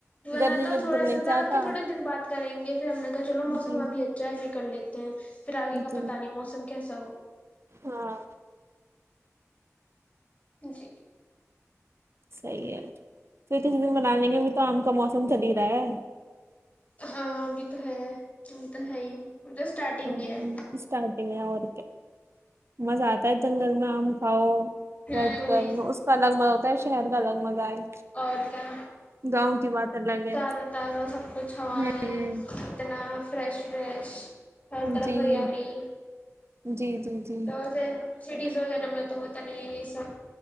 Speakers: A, on the left (about 30°); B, on the right (about 55°).
A: بنا
B: گرمی
A: تو
B: میں دل
A: تھوڑا
B: نہیں
A: سا
B: چاہتا
A: تھا کہ تھوڑے دن بد کریں گے پھر ہم نے کہا چلو
B: جی
A: موسم ابھی اچھا ہے اب کر لیتے ہیں پھر آگے کا
B: جی
A: پتا نہیں موسم کیسا ہو
B: ہاں
A: جی
B: صحیح ہے پھر کس دن بنا لیں گے ابھی تو آم کا موسم چلی رہا ہے
A: ہاں ابھی تو ہے ا تو ہے ہی تو اسٹارٹنگ
B: ہ
A: ہی ہے
B: اسٹارٹیگ اورکیا مزا آ پ جنل میں آم کاؤ
A: ہوں
B: بیٹھ کر
A: وہی
B: اس کا الگ میں ت شہر گالگ مزہ ہے
A: اور کیا
B: گاؤں کی بات الگ ہے
A: تازہ تازہ سب کچھ ہوا
B: ہوں
A: ہے اتنا فریش فریش ہ طرف
B: جی
A: ہرییالی
B: جی جی جی
A: تو ہے سٹیز وغیرہ میں تو ہوتا نہیں ہے یہ سب